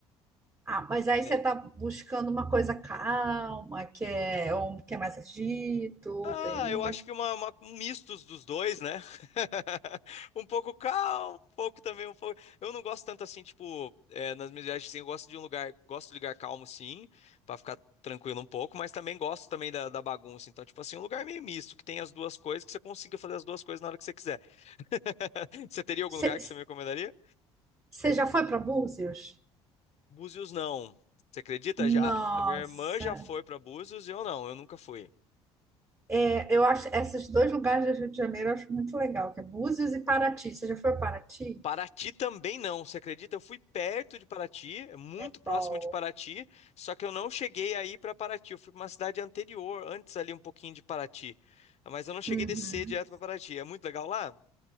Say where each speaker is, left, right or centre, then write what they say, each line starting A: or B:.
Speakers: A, on the right; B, on the left.
A: Ah, mas aí
B: É,
A: você tá buscando uma coisa calma, que é, ou que é mais agito,
B: Ah,
A: tem...
B: eu acho que uma, uma- um misto dos dois, né? <laughs> Um pouco calmo, um pouco também, um pouco. Eu não gosto tanto assim, tipo, é, nas minhas viagens, assim, eu gosto de um lugar, gosto de lugar calmo, sim, pra ficar tranquilo um pouco, mas também gosto também da, da bagunça. Então, tipo assim, um lugar meio misto, que tem as duas coisas, que você consiga fazer as duas coisas na hora que você quiser. <laughs> Você teria algum
A: Você
B: lugar que você me recomendaria?
A: você já foi para Búzios?
B: Búzios, não. Você acredita?
A: Nossa,
B: Já, minha irmã já foi pra Búzios e eu não, eu nunca fui.
A: É, eu acho esses dois lugares do Rio de Janeiro eu acho muito legal, que é Búzios e Paraty. Você já foi a Paraty?
B: Paraty também não, você acredita? Eu fui perto de Paraty, muito
A: É
B: próximo
A: bom.
B: de Paraty, só que eu não cheguei aí para Paraty. Eu fui para uma cidade anterior, antes ali um pouquinho de Paraty, mas eu não cheguei
A: Uhum.
B: a descer direto para Paraty. É muito legal lá?